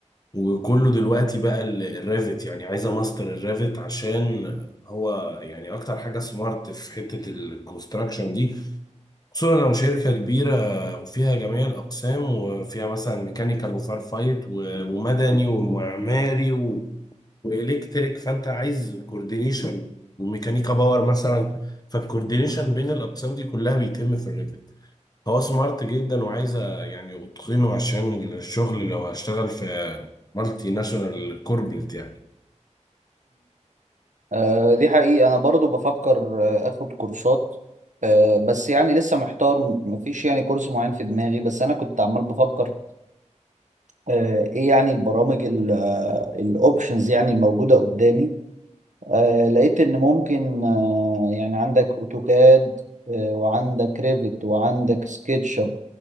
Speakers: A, on the left; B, on the right.
A: وكله دلوقتي بقى الريفت يعني عايزه ماستر الريفت عشان هو يعني اكتر حاجه سمارت في حته الكونستراكشن دي خصوصا لو شركة كبيرة وفيها جميع الأقسام وفيها مثلا ميكانيكال وفار فايت و- ومدني ومعماري و... وإلكتريك فأنت عايز كوردينيشن وميكانيكا باور مثلا فالكوردينيشن بين الأقسام دي كلها بيتم في الريفت هو سمارت جدا وعايزة يعني أتقنه عشان الشغل لو هشتغل في مالتي ناشونال كوربريت يعني
B: آه، دي حقيقة أنا برضو بفكر آه، أخد كورسات آه، بس يعني لسه محتار م- مفيش يعني كورس معين في دماغي بس أنا كنت عمال بفكر آه، إيه يعني البرامج الأوبشنز يعني الموجودة قدامي آه، لقيت إن ممكن آه، يعني عندك أوتوكاد آه، وعندك ريفت وعندك سكتش اب